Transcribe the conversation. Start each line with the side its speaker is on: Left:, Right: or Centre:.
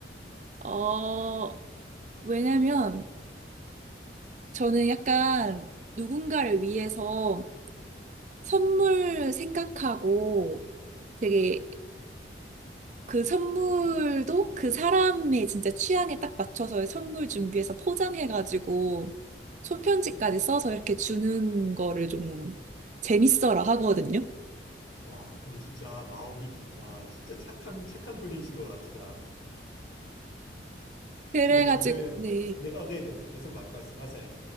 Right: 어, 왜냐면 저는 약간 누군가를 위해서 선물 생각하고 되게 그 선물도 그 사람의 진짜 취향에 딱 맞춰서 선물 준비해서 포장해가지고 손편지까지 써서 이렇게 주는 거를 좀 재밌어라 하거든요.
Left: 와, 근데 진짜 마음이 진짜, 진짜 착한, 착한 분이신 것 같다.
Right: 그래가지고,
Left: 근데 저는,
Right: 네.
Left: 네, 어, 네네. 계속 마- 말씀하세요.